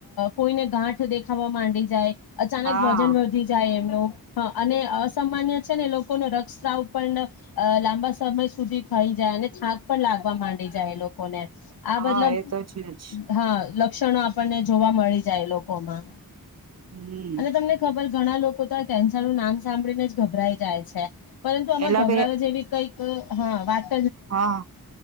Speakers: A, on the left (about 75°); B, on the right (about 45°).
A: કોઈને ગાંઠ દેખાવા માંડી જાય અચાનક
B: હા
A: વજન વધી જાય એમનો હા અને અસામાન્ય છે ને લોકો ન <unintelligible> પણ લાંબા સમય સુધી થઈ જાય અને થાક પણ લાગવા માંડી જાય એ લોકોને. આ
B: હા
A: મતલબ
B: એ તો છે જ
A: હા લા શિક્ષણો આપણને જોવા મળી જાય લોકોમાં.
B: હમ
A: અને તમને ખબર ઘણા લોકો તો આ કેન્સર નું નામ સાંભળીને જ ગભરાઈ જાય છે. પરંતુ આમાં
B: એલા
A: ગભરાવા
B: કે
A: જેવી કંઈક હમ્મ. હા વાત
B: હા